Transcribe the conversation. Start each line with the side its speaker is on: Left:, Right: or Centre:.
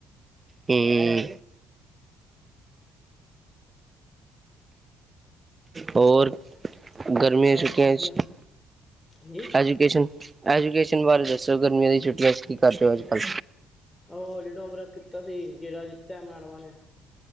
Right: ਹਮ <unintelligible> ਹੋਰ। ਗਰਮੀਆਂ
Left: ਬਸ
Right: ਦੀ ਛੁੱਟੀਆਂ
Left: ਵਧੀਆ,
Right: ਚ
Left: ਹਾਂਜੀ।
Right: ਐਜੂਕੇਸ਼ਨ - ਐਜੂਕੇਸ਼ਨ ਬਾਰੇ ਦੱਸੋ ਗਰਮੀਆਂ ਦੀ ਛੁੱਟੀਆਂ ਚੱ ਕੀ ਕਰਦੇ ਹੋ ਅੱਜ - ਕੱਲ।
Left: ਉ ਹੋਲੀਡੇ ਹੋਮਵਰਕ ਕੀਤਾ ਸੀ, ਜਿਹੜਾ ਦਿੱਤਾ ਏ ਮੈਡਮਾਂ ਨੇ।